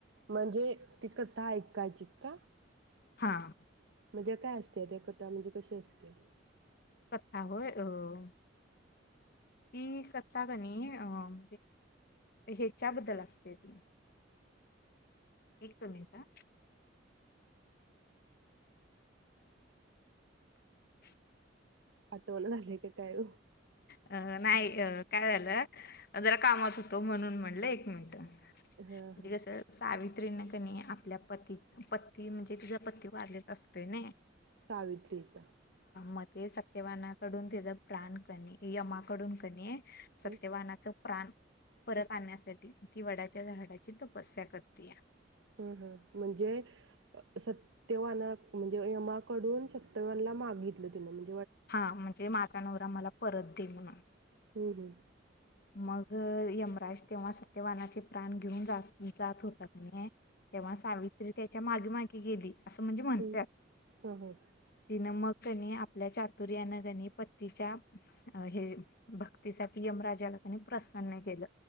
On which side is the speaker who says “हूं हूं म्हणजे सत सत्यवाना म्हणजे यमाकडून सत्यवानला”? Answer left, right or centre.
Right